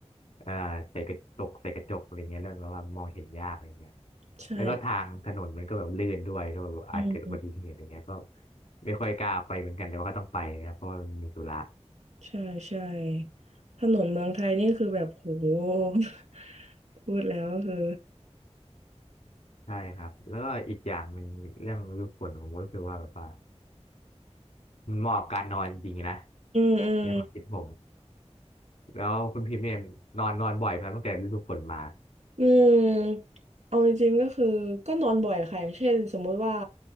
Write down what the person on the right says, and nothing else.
ใช่
อืม
ใช่ใช่ถนนเมืองไทยนี่คือแบบโห <laughs> พูดแล้วก็คือ
อืมอืม
อืมเอาจริงๆก็คือก็นอนบ่อยค่ะอย่างเช่นสมมุติว่า